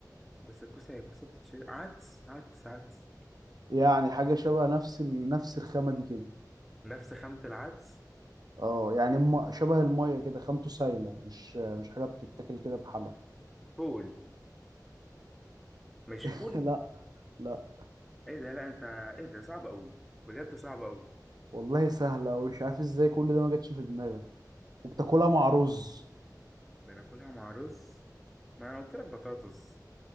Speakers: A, in the centre; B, on the right.
A: بس الكوسة هي الكوسة بتتشرب عدس عدس عدس
B: يعني حاجة شبه نفس ال... نفس الخامة دي كده
A: نفس خامة العدس
B: اه يعني م... شبه المية كده خامته سايلة مش مش حاجة بتتاكل كده بحالها
A: فول مش فول
B: <laughs> لا لا
A: ايه ده لا انت ايه ده صعب قوي بجد صعب قوي
B: والله سهلة ومش عارف ازاي كل ده ما جاتش في دماغك وبتاكلها مع رز
A: بناكلها مع رز ما انا قلت لك بطاطس